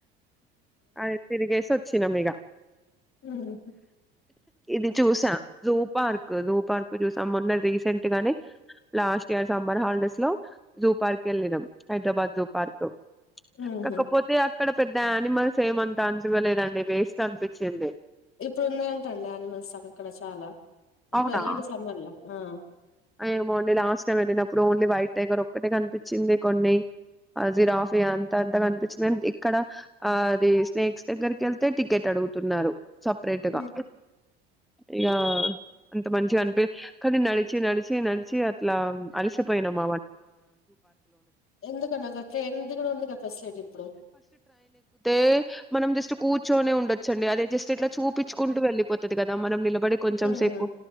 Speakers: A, in the centre; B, on the left.
A: అది తిరిగే సొత్ చ్చినం ఇగ
B: ఊహూ
A: ఇది చూసా జూ పార్క్ జూ పార్క్ చూసాం మొన్న రీసెంట్ గానే లాస్ట్ ఇయర్ సమ్మర్ హాలిడేస్ లో జూ పార్క్ వెళ్ళినం హైదరాబాద్ జూ పార్క్
B: ఊహూ
A: కాకపోతే ఆ ఇక్కడ పెద్ద ఆనిమల్స్ సేమ్ అంతా అన్పివ్వలేదండి వేస్ట్ అన్పిచ్చింది
B: ఇప్పుడు ఉన్నాయంటండి అనిమల్స్ అక్కడ చాలా ఇప్పుడు
A: అవునా
B: వెళ్ళండి సమ్మర్లా ఆ
A: ఏమో అండి లాస్ట్ టైం వెళ్ళినప్పుడు ఓన్లీ వైట్ టైగర్ ఒక్కటే కన్పిచ్చింది కొన్ని ఆ జిరాఫియా అంత అంతా కనిపిచ్చింది అం ఇక్కడ ఆ ది స్నేక్స్ దగ్గరికెళ్తే టికెట్ అడుగుతున్నారు సపరేటు
B: హ్మ్
A: గా ఇగ అంత మంచిగా అనిపి కానీ నడిచి నడిచి నడిచి అట్లా అలసిపోయినామామ
B: ఎందుకన్నాక ట్రైన్ ది కూడా ఉంది గా ఫెసిలిటీ ఇప్పుడు
A: ఏ మనం జస్ట్ కూర్చొనే ఉండొచ్చండి అదే జస్ట్ ఇట్లా చూపిచ్చుకుంటూ వెళ్లిపోతుది కదా మనం నిల బడి కొంచెం
B: హ్మ్
A: సేపు